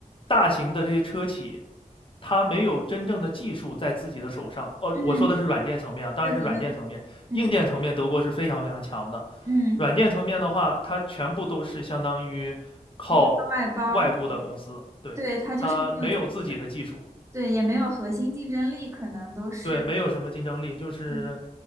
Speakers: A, on the left; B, on the right.
A: 大型的这些车企，他没有真正的技术在自己的手上。哦，
B: 嗯，
A: 我说的是软件层面啊，当然是软件层面，
B: 对对对，嗯
A: 硬件层面德国是非常非常强的。
B: 嗯，
A: 软件层面的话，它全部都是相当于靠外部的公司，
B: 依靠外包，对
A: 对，
B: 对，他就是没有自己的，
A: 它没有自己的技术。
B: 对，也没有核心竞争力，可能都是，
A: 对，没有什么竞争力，就是
B: 嗯